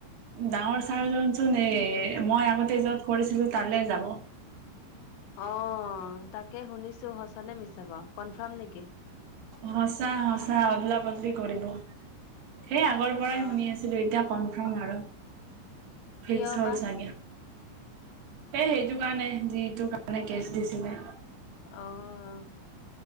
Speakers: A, on the right (about 65°); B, on the left (about 85°).
A: ডাঙৰ ছাৰজনচোন এ মই আগতে য'ত কৰিছিলো তালৈ যাব।
B: অ' তাকে শুনিছো সঁচানে মিছা বা কনফাৰ্ম নেকি?
A: সঁচা সঁচা অদলা বদলি কৰিব সেই আগৰ পৰাই
B: অ
A: শুনি আছিলো। এতিয়া কনফাৰ্ম আৰু ফিক্স
B: কিয়
A: হ'ল
B: বা
A: চাগে। এই সেইটো কাৰণে যিটোৰ কাৰণে কেচ দিছিলে
B: অ',